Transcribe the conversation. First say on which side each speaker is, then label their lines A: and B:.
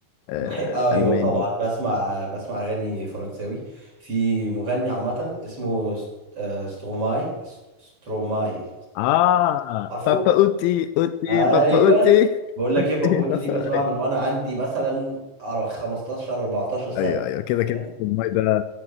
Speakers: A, on the left; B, on the right.
A: آه،
B: بحب آه، أيوة
A: الماني
B: طبعا بسمع بسمع أغاني فرنساوي في مغني عامة اسمه ست- آه، ستروماي ست- ستروماي
A: اه
B: عارفه؟
A: بابا اوتي اوتي
B: أيوة
A: بابا اوتي
B: بقول لك
A: أوتي،
B: إيه بابوتي
A: بابا
B: دي بسمعها
A: ايوه
B: من وأنا عندي مثلا أر- 15 14 سنة
A: ايوه أيوة، كده
B: فاهم؟
A: كده في الماي ده